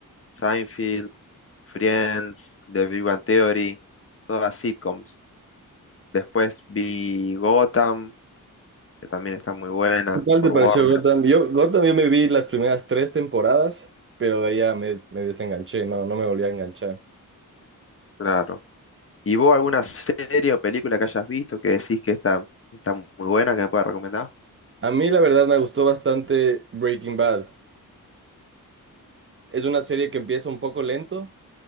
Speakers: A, on the left (about 40°); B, on the right (about 35°).
A: Seinfeld, Friends, The Big Bang Theory, todas sitcoms. Después vi Gotham, que también está muy buena,
B: ¿Qué tal
A: por
B: te pareció
A: Warner,
B: Gotham? Yo, Gotham, yo me vi las primeras tres temporadas, pero de ahí ya me, me desenganché, no, no me volví a enganchar.
A: claro. ¿Y vos alguna serie o película que hayas visto que decís que está, está muy buena, que me puedas recomendar?
B: A mí la verdad me gustó bastante Breaking Bad. Es una serie que empieza un poco lento,